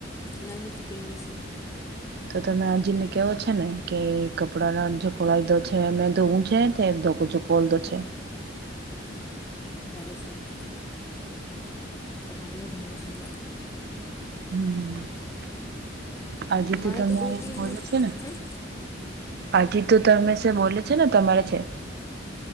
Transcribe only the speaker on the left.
નલની ફિટિંગની છે
કરે છે બધા અભારની તો હું છું
મારે
દો તીન
હમ